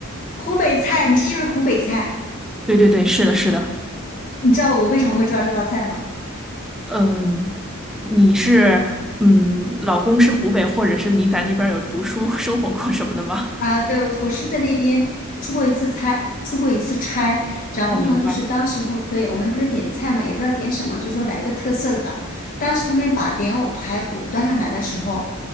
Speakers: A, on the left; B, in the centre.
A: 湖北菜，你这是不是湖北菜？
B: 对对对，是的，是的，
A: 你知道我为什么会知道这道菜吗？
B: 嗯，你是嗯，老公是湖北，或者是你在那边儿有读书 <laughs> 生活过什么的吗？
A: 啊，对，我我是在那边出过一次差，出过一次差。
B: <laughs>
A: 然后呢，
B: 哦，明白
A: 就是当时候，对，我们不是点菜嘛，也不知道点什么，就说来一个特色的吧。当时他们把莲藕排骨端上来的时候，